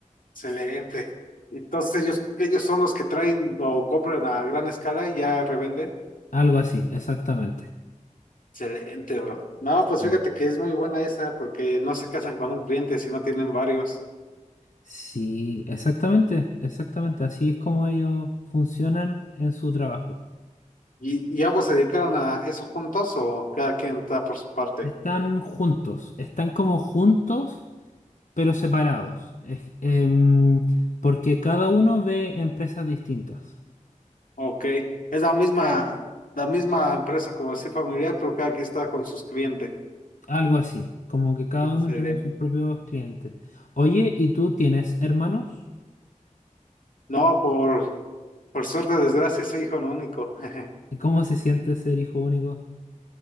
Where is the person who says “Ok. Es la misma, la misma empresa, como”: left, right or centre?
Left